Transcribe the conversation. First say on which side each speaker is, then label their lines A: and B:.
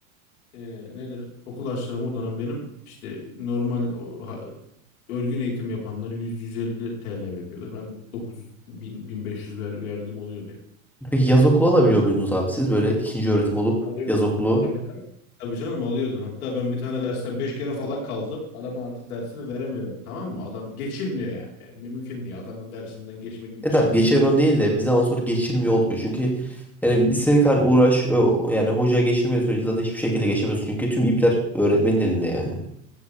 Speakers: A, on the left; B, in the centre.
A: E, nedir? Okul harçlarım o dönem benim işte normal o, ha- örgün eğitim yapanlar 100-150 TL veriyordu. Ben 900-1500 ver, verdiğim oluyordu yani.
B: Peki yaz okulu alabiliyor muydunuz abi siz? Böyle ikinci öğretim olup
A: Alıyor.
B: yaz okulu.
A: Tabii canım. Tabii canım alıyordun. Hatta ben bir tane dersten 5 kere falan kaldım. Adama artık dersini veremiyorum. Tamam mı? Adam geçirmiyor yani. Benim, mümkün değil. Adamın dersinden geçme gibi
B: E
A: bir
B: tabi
A: şansım
B: geçemiyorsun
A: yok.
B: değil de bir zaman sonra geçirmiyor oluyor. Çünkü yani istediğin kadar uğraş ö- yani hoca geçirmediği sürece zaten hiçbir şekilde geçemiyorsun. Çünkü tüm ipler öğretmenin elinde yani.